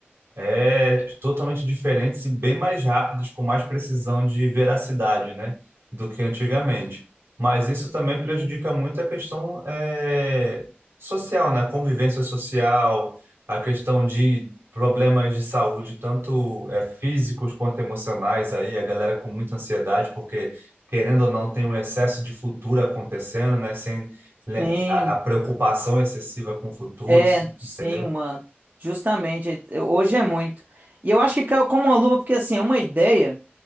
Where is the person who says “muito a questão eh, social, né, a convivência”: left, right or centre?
Right